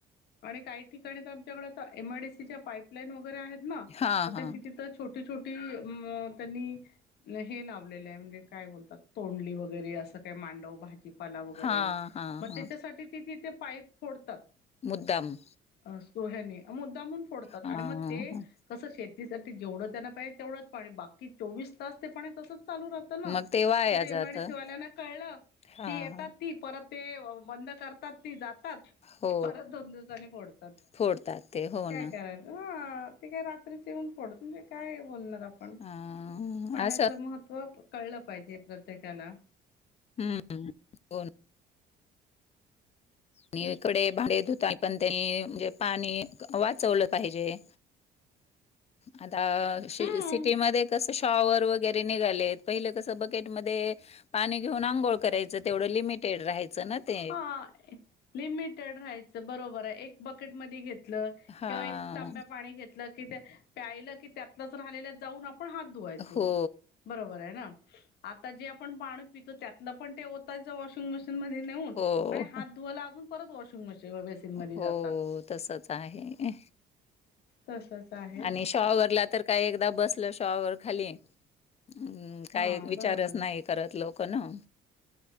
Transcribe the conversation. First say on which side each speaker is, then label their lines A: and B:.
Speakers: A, on the left; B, on the left.
A: आणि काही ठिकाणी तर आमच्याकडे एमआरडीसीच्या पाईपलाईन वगैरे आहेत ना
B: हां,
A: म
B: हां.
A: त्यांची तिथं छोटी छोटी छोटी त्यांनी हे लावलेलं आहे म्हणजे काय बोलतात. तोंडली वगैरे असं काय मांडव भाजीपाला वगैरे
B: हां, हां,
A: मग
B: हां.
A: त्याच्यासाठी ती तिथे. पाईप फोडतात......
B: मुद्दाम.
A: <unintelligible> सो याने मुद्दाममून फोडतात
B: हां,
A: आणि मग ते
B: हां.
A: कस शेत- साठी जेवढं त्यांना पाहिजे तेवढंच पाणी बाकी चोवीस तास ते पाणी तसच चालू राहतं ना.
B: मग वाया
A: मग ते एमआयडीसीवाल्यांना
B: जातं.
A: कळलं
B: हां.
A: की येतात ती परत ते बंद करतात ती जाता-
B: हो.
A: परत दोन दिवसाांनी फोडतात
B: फोडतात ते. हो
A: काय
B: ना.
A: करायच ह. ते काय रात्रीच येऊन फोडत म्हणजे काय बोलणार आपण
B: हां.
A: पाण्याचं
B: असं
A: महत्त्व. कळलं पाहिजे प्रत्येकाला.
B: हम्म हो ना. आणि इकडे भाडे धुता पण त्यांनी म्हणजे पाणी वाचवलं पाहिजे. आता आ-सिटी
A: हम्म
B: मधे कस शॉवर वगैरे निघालेत. पहिलं कसं बकेट मध्ये पाणी घेऊन आंघोळ करायचं तेवढं लिमिटेड राहायचं. ना ते.
A: हा लिमिटेड राहायचं बरोबर आहे एक बकेटमध्ये घेत.
B: हां.
A: किंवा एक तांब्या पाणी घेतलं क प्यायल की त्यातच राहिल जाऊन आपण- ण हात धुवायच
B: हो.
A: बरोबर आहे ना. पण पाणी पितो त्यातलं पण ते होताच वॉशिंग मशीन मध्ये नेऊन
B: हो.
A: आणि हात धुवायला अजून- परत वॉशिंग मशीन बेसिन मध्ये
B: हो.
A: जातात.
B: तसंच आहे
A: तसच आहे
B: आणि शावरला तर काय एकदा बसल शावर खाली. हम् काय
A: हा
B: विचारच
A: बरोबर आहे
B: नाही करत लोक ना.